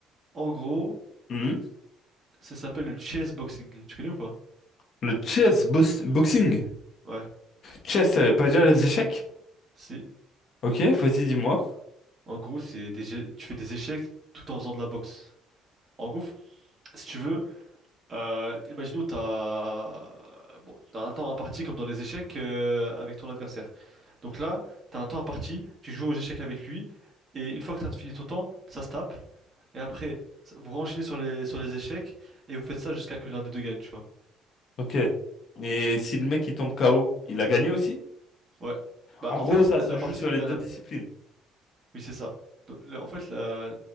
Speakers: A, on the right; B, on the left.
A: En gros,
B: Mhm.
A: ça s'appelle le chess boxing. Tu connais ou pas?
B: Le chess bos- boxing.
A: Ouais.
B: Chess, ça veut pas dire les échecs?
A: C'est,
B: Ok, vas-y, dis-moi.
A: en gros, c'est des, jeux- tu fais des échecs tout en faisant de la boxe. En gros, si tu veux. Euh, imaginons t'as bon, t'as un temps imparti comme dans les échecs euh, avec ton adversaire. Donc là, t'as un temps imparti, tu joues aux échecs avec lui, et une fois que t'as fini ton temps, ça se tape, et après, ça- vous renchaînez sur les sur les échecs, et vous faites ça jusqu'à que l'un des deux gagne, tu vois.
B: Ok. Mais si le mec il tombe KO, il a gagné aussi?
A: Ouais. Bah
B: En
A: en
B: gros,
A: fait,
B: ça
A: la,
B: se
A: la
B: joue
A: partie,
B: sur les
A: la,
B: deux
A: la-
B: disciplines.
A: oui c'est ça. Donc, la- en fait, la...